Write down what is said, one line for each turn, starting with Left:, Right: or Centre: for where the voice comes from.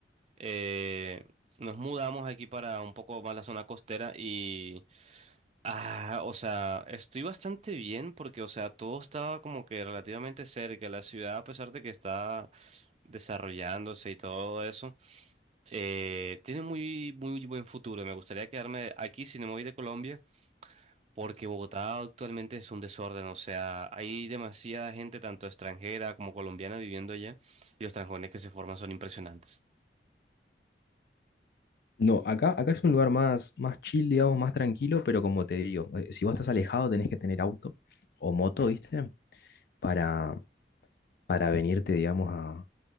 Right: eh, nos mudamos aquí para un poco más la zona costera y... Ah, o sea, estoy bastante bien porque, o sea, todo estaba como que relativamente cerca. La ciudad, a pesar de que está desarrollándose y todo eso, eh, tiene muy, muy buen futuro. Me gustaría quedarme aquí si no me voy de Colombia, porque Bogotá actualmente es un desorden. O sea, hay demasiada gente, tanto extranjera como colombiana, viviendo allá y los trancones que se forman son impresionantes.
Left: No, acá, acá es un lugar más, más chill, digamos, más tranquilo, pero como te digo, eh, si vos estás alejado tenés que tener auto o moto, ¿viste? Para, para venirte, digamos, a,